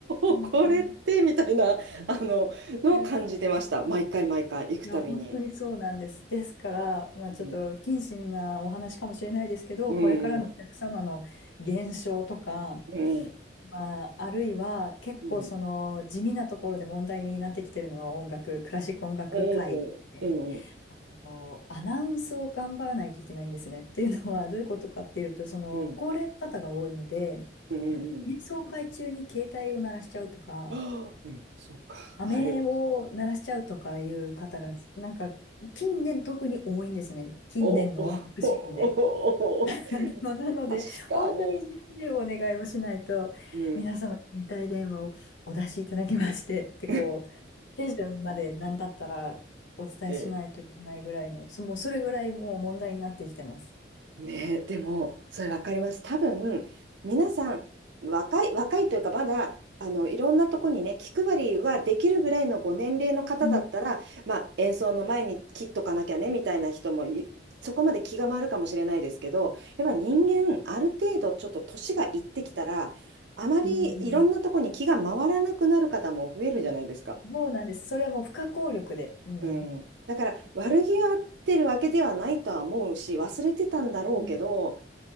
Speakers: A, on the left; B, on the right.
A: 本当に。
B: おこれってみたいなあののを感じてました毎回毎回行くたびに
A: いやーいや、本当にそうなんです。ですから、まあ、ちょっと不謹慎なお話かもしれないですけど、
B: うんうん
A: これからのお客様の減少とか、
B: うん
A: まあ、あるいは結構その地味なところで問題になってきてるのは音楽、
B: うん
A: クラシック音楽界で、
B: うんうんうん
A: あのアナウンスを頑張らないといけないんですね。っていうのはどういうことかっていうと、その高齢の方が多いので、
B: うんうんうんうん
A: 演奏会中に携帯を鳴らしちゃうとか、
B: あーうんそうかある
A: 飴を鳴らしちゃうとかいう方が、なんか近年特に多いんですね。近年の音楽シーンで。
B: おおおおおお
A: <laughs> あのなので、
B: 確かに
A: 本当に重々お願いをしないと、
B: うん
A: 皆様、携帯電話をお出しいただきましてって、こう、
B: <laughs> え
A: 手順まで何だったらお伝えしないといけないぐらいの、
B: え
A: そ、もうそれぐらいもう問題になってきてます。
B: ねえ、でも、それわかります。多分、皆さん、若い、若いというか、まだ、あの、いろんなとこにね、気配りはできるぐらいのご年齢の方だったら、
A: うん
B: まあ、演奏の前に切っとかなきゃね、みたいな人もい、そこまで気が回るかもしれないですけど、やっぱ人間、ある程度、ちょっと年がいってきたら、あまりいろんなとこに気が回らなくなる方も増えるじゃないですか。
A: うんそうなんです。それはもう不可抗力で。うん。
B: うん、だから悪気はあってるわけではないとは思うし忘れてたんだろうけど
A: うん